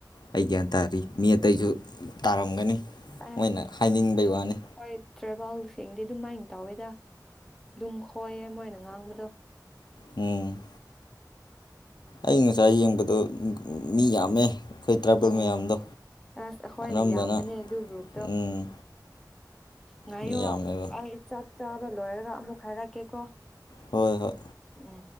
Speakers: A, on the left; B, in the centre.
A: ꯑꯩ ꯒ꯭ꯌꯥꯟ ꯇꯥꯔꯤ ꯃꯤ ꯑꯇꯩꯁꯨ ꯇꯥꯔꯝꯒꯅꯤ
B: ꯑ
A: ꯃꯣꯏꯅ ꯍꯥꯏꯅꯤꯡꯕꯩ ꯋꯥꯅꯤ
B: ꯍ ꯇ꯭ꯔꯦꯚꯦꯜꯁꯤꯡꯦꯡꯗꯤ ꯑꯗꯨꯃꯥꯏꯅ ꯇꯧꯋꯦꯗ ꯑꯗꯨꯝ ꯍꯣꯏꯌꯦ ꯃꯣꯏꯅ ꯉꯥꯡꯕꯗꯣ
A: ꯎꯝ ꯑꯩ ꯉꯁꯥꯏ ꯌꯦꯡꯕꯗꯣ ꯃꯤ ꯌꯥꯝꯃꯦ ꯇ꯭ꯔꯥꯏꯕꯦꯜ
B: ꯎꯝ
A: ꯃꯌꯥꯝꯗꯣ
B: ꯑꯁ ꯑꯩꯈꯣꯏꯅ
A: ꯑꯅꯝꯕꯅ
B: ꯌꯥꯝꯕꯅꯦ ꯑꯗꯨ ꯒ꯭ꯔꯨꯞꯇꯣ
A: ꯎꯝ
B: ꯉꯥꯏꯌꯣ
A: ꯃꯤ ꯌꯥꯝꯃꯦꯕ
B: ꯑꯩ ꯆꯥꯛ ꯆꯥꯕ ꯂꯣꯏꯔꯒ ꯑꯃꯨꯛ ꯍꯥꯏꯔꯛꯀꯦꯀꯣ
A: ꯍꯣꯏ ꯍꯣꯏ
B: ꯎꯝ